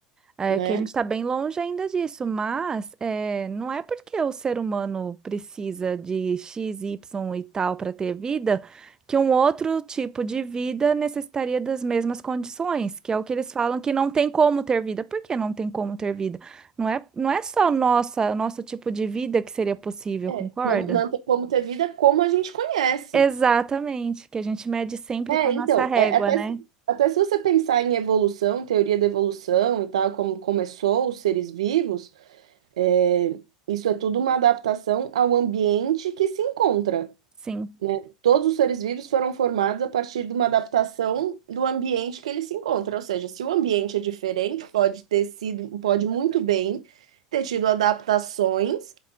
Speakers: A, on the right (about 20°); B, on the right (about 80°).
A: É
B: né?
A: que a gente está bem longe ainda disso, mas é, não é porque o ser humano precisa de X, Y e tal para ter vida, que um outro tipo de vida necessitaria das mesmas condições, que é o que eles falam que não tem como ter vida. Por que não tem como ter vida? Não é, não é só nossa, nosso tipo de vida que seria possível,
B: É,
A: concorda?
B: não, não tem como ter vida como a gente conhece.
A: Exatamente, que a gente mede sempre
B: É,
A: com a nossa
B: então,
A: régua,
B: é, até,
A: né?
B: se- até se você pensar em evolução, teoria da evolução e tal, como começou os seres vivos, é, isso é tudo uma adaptação ao ambiente que se encontra,
A: Sim.
B: né? Todos os seres vivos foram formados a partir de uma adaptação do ambiente que eles se encontram. Ou seja, se o ambiente é diferente, pode ter sido, pode muito bem ter tido adaptações